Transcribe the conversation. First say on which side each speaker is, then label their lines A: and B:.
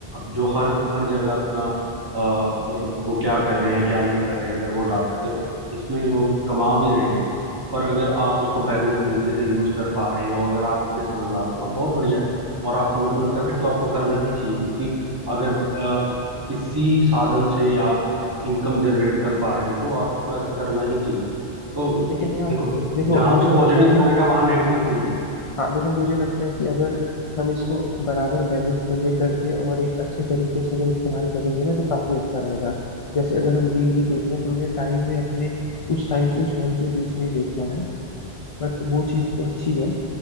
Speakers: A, on the right (about 20°); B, on the left (about 40°).
A: जो हर हर जगह अपना अ, मतलब वो क्या कर रहे हैं क्या नहीं कर रहे हैं अगर वो डाल रहे हैं देखो इसमें लोग कमा भी रहे हैं पर अगर आप उसको बैलेंस तरीके से यूज कर पा रहे हो अगर आप इतने समझदार हो तो आप बहुत बढ़िया और आपको मेरे को लगता है फिर तो आपको करना भी चाहिए क्योंकि अगर किसी साधन से आप इनकम जनरेट कर पा रहे हो तो आपको ऐसा करना ही चाहिए तो
B: लेकिन यार
A: देखो
B: देखो
A: जहाँ
B: मुझे
A: पे पॉजिटिव
B: लगता है ना
A: पॉइंट है वहाँ नेगेटिव भी है
B: हाँ देखो मुझे लगता है कि अगर हम इसको बराबर बैलेंस में ले करके और एक अच्छे तरीके से अगर इस्तेमाल करेंगे ना तो काफी अच्छा रहेगा जैसे अगर हम रील भी देख रहे हैं तो हमें टाइम में अपने उस टाइम से उस टाइम के बीच में ही देखना है बट वो चीज़ तो अच्छी है